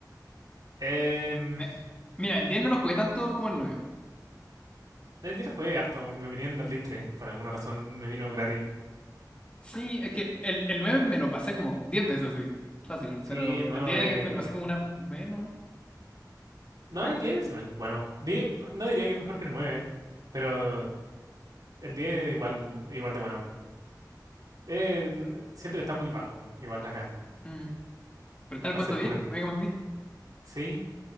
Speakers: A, on the right; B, on the left.
A: Em,
B: Me- Mira, el 10 no lo jugué tanto como el
A: el día lo jugué harto. Me venía en la Play 3. Por alguna razón me vino gratis.
B: Sí, es que el, el 9 me lo pasé como 10 veces así, fácil,
A: Sí,
B: pero
A: el nuevo
B: el 10
A: es.
B: me lo pasé como una vez nomás,
A: No,
B: creo.
A: el 10 seguramente- bueno, di- no diría que es mejor que el 9 pero el 10 igual, igual de bueno. Eh, n- siento que está muy bajo, igual acá.
B: Mm, Pero está en
A: Para
B: el puesto
A: ser
B: diez
A: como el.
B: Mega Man diez
A: ¿Sí?